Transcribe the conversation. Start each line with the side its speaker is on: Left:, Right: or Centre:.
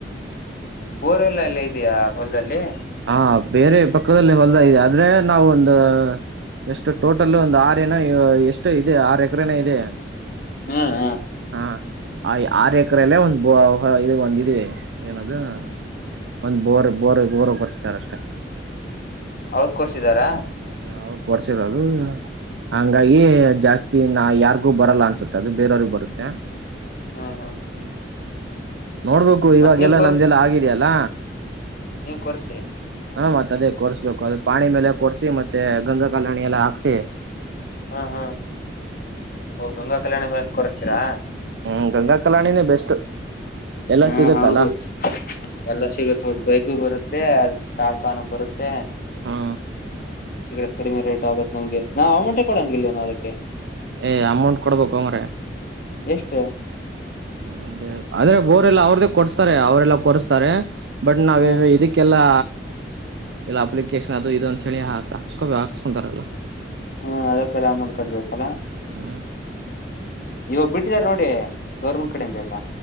Left: ಬೋರ್ವೆಲ್ಲ ಎಲ್ಲ ಇದಯಾ ಹೊಲದಲ್ಲಿ
Right: ಹಾ ಬೇರೆ ಪಕ್ಕದಲ್ಲಿ ಹೊಲ್ದ ಇದೆ ಆದ್ರೆ ನಾವ ಒಂದು ಎಷ್ಟು ಟೋಟಲ್ ಒಂದು ಆರು ಏನೋ ಎಷ್ಟು ಇದೆ ಆರು ಎಕರೆನ ಇದೆ
Left: ಹ್ಮ್ ಹ್ಮ್
Right: ಹಾ ಆ ಆರು ಎಕರಲ್ಲೇ ಒಂದ್ ಬ <unintelligible> ಇದು ಒಂದ ಏನದು ಒಂದ್ ಬೋರ್ ಬೋರ್ ಬೋರ್ ಕರ್ಸ್ತಾರ ಅಷ್ಟೆ
Left: ಅವ್ರ ಕರ್ಸಿದಾರಾ
Right: ಅವ ಕೊಡ್ಸಿರೋದು ಹಂಗಾಗಿ ಜಾಸ್ತಿ ನಾ ಯಾರಿಗೂ ಬರಲ್ಲ ಅನ್ಸುತ್ತೆ ಅದು ಬೇರೆಯವ್ರಿಗೆ ಬರುತ್ತೆ
Left: ಹ್ಮ್ ಹ್ಮ್
Right: ಹ್ಮ ನೋಡ್ಬೇಕು
Left: ಮತ್
Right: ಇವಾಗೆಲ್ಲ
Left: ನೀವ್ ಕೊರ್ಸ್
Right: ನಮ್ದೆಲ್ಲ ಆಗಿದೆಯಲ್ಲ
Left: ನೀವ್ ಕೊರ್ಸಿ
Right: ಹಾ ಮತ್ತತ್ ಅದೇ ಕೊಡ್ಸ್ಬೇಕು ಅದ ಪಾಣಿ ಮೇಲೆ ಕೊಡ್ಸಿ ಮತ್ತೆ ಮತ್ತ ಗಂಗಾ ಕಾಲನಿ ಎಲ್ಲಾ ಹಾಕಿಸಿ
Left: ಹಾ ಹಾ ಗಂಗಾ ಕಲ್ಯಾಣ ಮೇಲ್ ಕೊರ್ಸ್ತೀರಾ
Right: ಹ್ಮ್ ಗಂಗಾ ಕಲಾಣಿ ನೆ ಬೆಸ್ಟ್ ಎಲ್ಲಾ
Left: ಹಾ
Right: ಸಿಗತ್ತಲ್ಲ
Left: ಹೌದು ಎಲ್ಲ ಸಿಗುತ್ತ ಹದ್ ಬೈಕು ಬರುತ್ತೆ ಅ ತಾಳಪಾನ ಬರುತ್ತೆ
Right: ಹಾ
Left: ಈ ಕಡಿಮೆ ರೇಟ್ ಆಗತ್ ನಂಗೆ ನಾವವು ಅಮೌಂಟೇ ಕೊಡಂಗಿಲ್ಲೇನೋ ಅದಕ್ಕೆ
Right: ಏ ಅಮೌಂಟ್ ಕೊಡ್ಬೇಕು ಮಾರಯ್ಯ
Left: ಎಷ್ಟು
Right: ಒಂದೇ ಆದ್ರೆ ಬೋರೆಲ್ಲಾ ಅವ್ರ್ದೇ ಕೊರಸ್ತಾರೆ ಅವರೆಲ್ಲಾ ಕೊರಸ್ತಾರೆ ಬಟ್ ನಾವೇ
Left: ಹ್ಮ್
Right: ಇದಕ್ಕೆಲ್ಲಾ ಇಲ್ಲ ಅಪ್ಲಿಕೇಶನ್ ಅದು ಇದು ಅಂತ ಹೇಳಿ ಹಾ ಹಾಕ್ಸ್ಕೊ ಹಾಕ್ಸ್ಕೊಂತಾರಲ್ಲ
Left: ಹ್ಮ ಅದಕ್ಕೆಲ್ಲ ಅಮ್ಮೌಂಟ್ ಕಟ್ಬೇಕಲ್ಲ
Right: ಹ್ಮ್
Left: ಇವಾಗ್ ಬಿಟ್ಟಿದಿದ್ದಾರೆ ನೋಡಿ ಗೌರ್ಮೆಂಟ್ ಕೇಡೆಂದು ಎಲ್ಲಾ